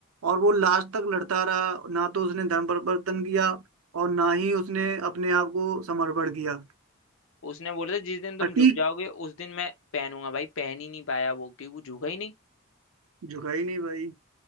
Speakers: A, on the right; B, on the left.
A: और वो लास्ट तक लड़ता रहा ना तो उसने धर्म परिवर्तन किया और ना ही उसने अपने आप को समर्पण किया
B: उसने बोला था जिस दिन तुम
A: अटीक
B: झुक जाओगे उस दिन मैं पहनूंगा भाई पहन ही नहीं पाया वो क्योंकि वो झुका ही नहीं
A: झुका ही नहीं भाई